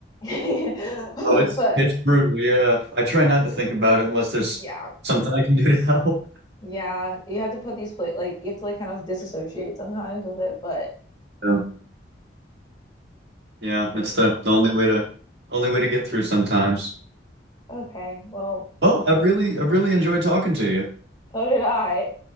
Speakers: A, on the left (about 25°); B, on the right (about 65°).
A: and <laughs>
B: Oh, it's
A: but
B: it's brutal. Yeah, I try not to think about it unless there's
A: yeah,
B: something I can do to help.
A: Yeah, you have to put these play like you have to like kind of disassociate sometimes with it, but
B: Yeah, yeah,
A: crazy.
B: it's the, the only way to only way to get through sometimes.
A: Okay, well,
B: Well, I've really I've really enjoyed talking to you.
A: so did I.